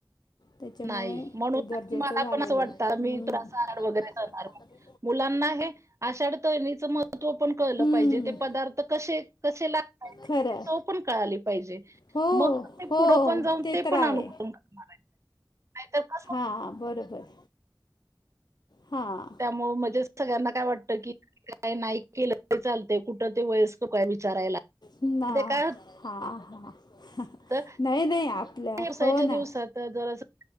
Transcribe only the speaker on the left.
त्याच्यामुळे
ते गरजेचं
झालेलं,
हम्म
अस
वाटत.
हम्म,
खरं
हो
हो
तर
आहे
हां बरोबर. हां.
हा
हा,
नाही नाही आपल्या
हो
ना